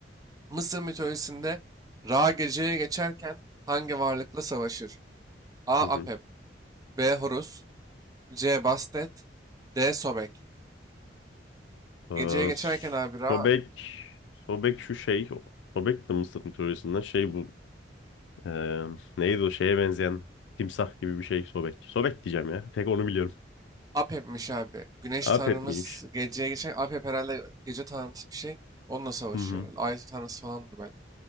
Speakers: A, on the right (about 20°); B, on the left (about 80°).
A: Mısır mitolojisinde Ra geceye geçerken hangi varlıkla savaşır? A.
B: Hı
A: Apep.
B: hı.
A: B. Horus. C. Bastet. D. Sobek.
B: Ee,
A: Geceye geçerken abi Ra
B: Sobek Sobek şu şey Sobek de Mısır mitolojisinden şey bu ee, neydi o şeye benzeyen timsah gibi bir şey Sobek. Sobek diyeceğim ya. Tek onu biliyorum.
A: Apep'miş abi. Güneş
B: Apep
A: tanrımız
B: miymiş?
A: geceye geçen Apep herhalde gece tanrısı bir şey. Onunla savaşıyor
B: Hı hı.
A: herhalde. Ay tanrısı falandır belki.